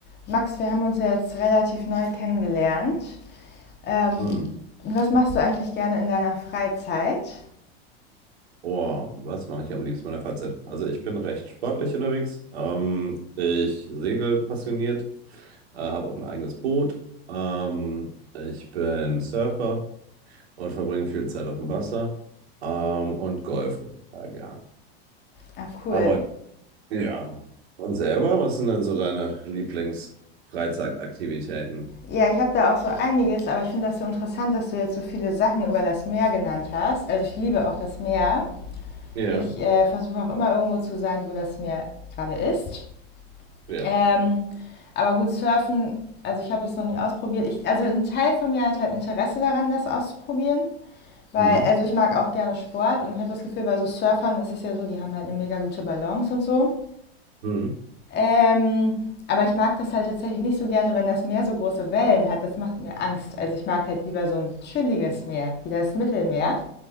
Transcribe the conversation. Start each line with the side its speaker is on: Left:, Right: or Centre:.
Left: Max, wir haben uns ja jetzt relativ neu kennengelernt. Ähm,
Right: Hm.
Left: was machst du eigentlich gerne in deiner Freizeit?
Right: Oh, was mache ich am liebsten in meiner Freizeit? Also ich bin recht sportlich unterwegs. Ähm, ich segel passioniert, äh, habe auch ein eigenes Boot. Ähm, ich bin Surfer und verbringe viel Zeit auf dem Wasser. Ähm, und golfe total gern.
Left: Ach cool.
Right: Aber ja. Und selber, was sind denn so deine Lieblingsfreizeitaktivitäten?
Left: Ja, ich habe da auch so einiges, aber ich finde das so interessant, dass du jetzt so viele Sachen über das Meer genannt hast. Also ich liebe auch das Meer.
Right: Ja,
Left: Ich äh, versuche auch immer irgendwo zu sein, wo das Meer gerade ist.
Right: ja.
Left: Ähm, aber gut, Surfen, also ich habe es noch nie ausprobiert. Ich, also ein Teil von mir hat halt Interesse daran, das auszuprobieren. Weil,
Right: Hm.
Left: also ich mag auch gerne Sport und ich habe das Gefühl, bei so Surfern ist es ja so, die haben halt eine mega gute Balance und so.
Right: Hm.
Left: Ähm, aber ich mag das halt tatsächlich nicht so gerne, wenn das Meer so große Wellen hat. Das macht mir Angst. Also ich mag halt lieber so ein chilliges Meer, wie das Mittelmeer.